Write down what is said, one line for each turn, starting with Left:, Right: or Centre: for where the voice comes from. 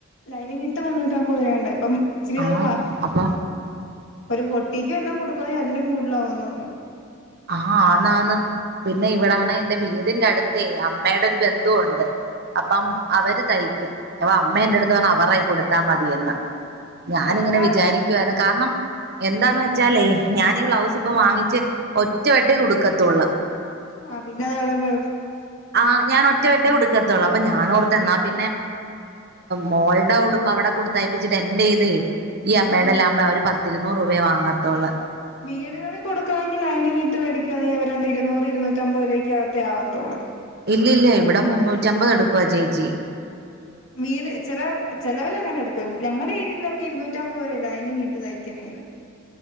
Left: ലൈനിങ്ങ്ഇട്ട് മുന്നൂറ്റി അമ്പത് രൂപങ്ങാണ്ടാ ഇപ്പം ഇച്ചരി
Right: ആഹ്
Left: അത്
Right: അപ്പൊ
Left: ഒരു പൊട്ടി ക്കെല്ലാം കൊടുക്കവാ അതിലും കൂടുതലാവുന്ന് തോന്നു.
Right: ആഹ് ആന്നാന്ന് പിന്നെ ഇവിടാണ് എന്റെവീടിന്റെ അടുത്ത് അമ്മടെ ഒരു ബന്ധുവുണ്ട്. അപ്പം അവര് തയ്ക്കും. അപ്പംഅമ്മഎന്റെ എടുത്ത് പറഞ്ഞു അവർടെകയ്യിൽ കൊടുത്താമതിയെന്ന്. ഞാനിങ്ങനെ
Left: തയ്യക്കാരൻ
Right: വിചാരിക്കുവായിരുന്ന് കാരണം എന്താന്ന് വെച്ചാലേ? ഞാനി ഈ ബ്ലൗസ് ഇപ്പം വാങ്ങിച്ച് ഒറ്റവെട്ടേ ഇത് ഉടുക്കത്തുള്ളു.
Left: ആ പിന്നെ <unintelligible>
Right: ആ ഞാൻ ഒറ്റ വെട്ടമേഉടുക്കത്തള്ളു. അപ്പൊ ഞാൻ ഓർത്തു എന്നാ പിന്നെ മോളുടെ ഉടുപ്പ് അവിടെ കൊടുത്തയപ്പിച്ചിട്ട് എന്റെ ഇതേ ഈ അമ്മടെല്ലാമ്പോ
Left: ഉം
Right: അവര് പത്തി നൂറുരൂപയേവാങ്ങത്തോള്ള്
Left: വീടുകളിൽ കൊടുക്കുണെങ്കിൽ ലൈനിങ് ഇട്ട് മേടിക്കുവാണെങ്കിൽ അവരാണ്ട് ഇരുന്നൂറ്, ഇരൂറ്റമ്പതു രൂപയക്കെ ആവത്തോള്ളൂ.
Right: ഇല്ല ഇല്ല ഇവിടെ മുന്നൂറ്റി അമ്പത് എടുക്കുവാ ആ ചേച്ചി.
Left: വീട് ചില ചിലവര് അങ്ങനെ എടുക്കും ഞങ്ങളുടെ ഏരിയയിലൊക്കെ ഇരുന്നൂറ്റി അമ്പത് രൂപയാ ലൈനിങ് ഇട്ട് തയ്ക്ക്ന്നേന്.